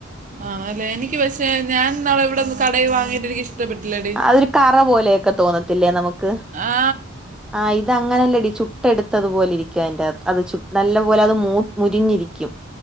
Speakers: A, on the right (about 40°); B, in the centre.
A: ആന്നു ആല്ലേ എനിക്ക് പക്ഷെ ഞാൻ നാളെ ഇവിടെ ഒന്ന് കടയിൽ വാങ്ങിട്ട് എനിക്ക് ഇഷ് ഇഷ്ടപ്പെട്ടില്ലേടി
B: അതൊരു കറ പോലെയൊക്കെ തോന്നത്തില്ലേ നമുക്ക്
A: ആ
B: ആ ഇത് അങ്ങനെല്ലടി ചുട്ട്എടുത്തത്പോലെ ഇരിക്കും അതിന്റെ അകത്ത്ചു നല്ലപോലെ അത് മൂ മുരിഞ്ഞിരിക്കും